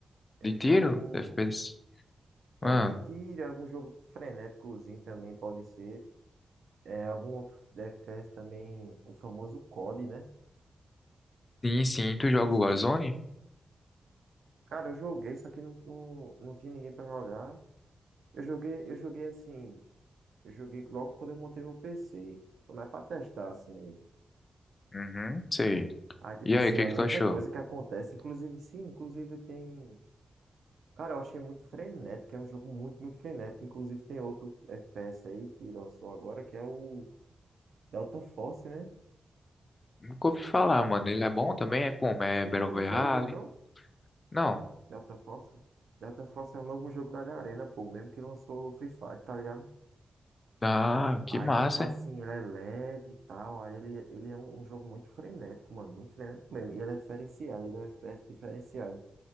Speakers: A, on the right (about 80°); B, on the left (about 35°).
A: eu
B: de tiro?
A: jogo.
B: FPS?
A: É
B: Ah,
A: de tiro, é algum jogo frenéticozinho também pode ser. É algum outro FPS também, o famoso COD, né?
B: sim, sim. Tu joga
A: Nossa,
B: o Warzone?
A: que... Cara, eu joguei, só que não, não, não tinha ninguém pra jogar. Eu joguei, eu joguei assim. Eu joguei logo quando eu montei meu PC. Foi mais pra testar, assim, ele.
B: Uhum, sei.
A: Aí, tipo
B: E
A: assim,
B: aí, o que
A: é
B: que
A: muita
B: tu achou?
A: coisa que acontece. Inclusive, sim, inclusive tem. Cara, eu achei muito frenético, é um jogo muito, muito frenético. Inclusive, tem outro FPS aí que lançou agora, que é o Delta Force, né?
B: Nunca ouvi falar, mano. Ele é bom também? É como? É
A: Tu
B: Battle
A: nunca ouviu
B: Royale?
A: falar dele, não?
B: Não.
A: Delta Force? Delta Force é o novo jogo da Garena, pô, mesmo que lançou o Free Fire, tá ligado?
B: Ah, que
A: Aí,
B: massa.
A: tipo assim,
B: hein?
A: ele é leve e tal. Aí ele, ele é um, um jogo muito frenético, mano. Muito frenético mesmo. E ele é diferenciado, ele é um FPS diferenciado.